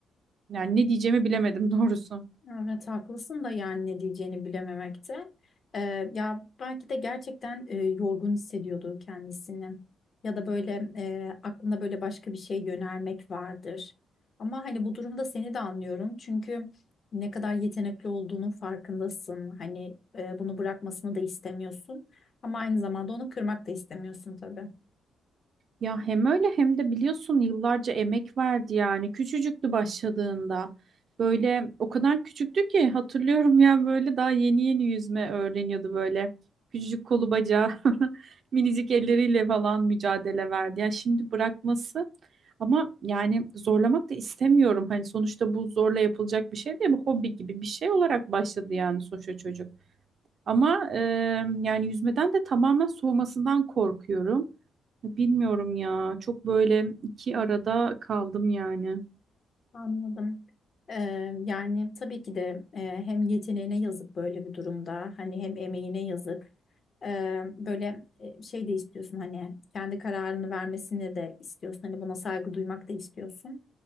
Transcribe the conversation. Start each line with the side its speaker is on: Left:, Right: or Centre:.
Right: yani ne diyeceğimi bilemedim <laughs> doğrusu.
Left: Evet haklısın da yani ne diyeceğini bilememekte. Ee, ya belki de gerçekten e, yorgun hissediyordu kendisini. Ya da böyle e, aklında böyle başka bir şey yönelmek vardır. Ama hani bu durumda seni de anlıyorum. Çünkü ne kadar yetenekli olduğunun farkındasın. Hani e, bunu bırakmasını da istemiyorsun. Ama aynı zamanda onu kırmak da istemiyorsun tabii.
Right: Ya hem öyle hem de biliyorsun yıllarca emek verdi yani. Küçücüktü başladığında. Böyle o kadar küçüktü ki hatırlıyorum <laughs> yani böyle daha yeni yeni yüzme öğreniyordu böyle. Küçücük kolu bacağı <laughs> minicik elleriyle falan mücadele verdi. Ya şimdi bırakması ama yani zorlamak da istemiyorum. Hani sonuçta bu zorla yapılacak bir şey değil bu hobi gibi bir şey olarak başladı yani sonuçta çocuk. Ama e, yani yüzmeden de tamamen soğumasından korkuyorum. Bilmiyorum ya. Çok böyle iki arada kaldım yani.
Left: Anladım. Eee, yani tabii ki de eee, hem yeteneğine yazık böyle bir durumda hani hem emeğine yazık. Eee, böyle e, şey de istiyorsun hani kendi kararını vermesini de istiyorsun hani buna saygı duymak da istiyorsun.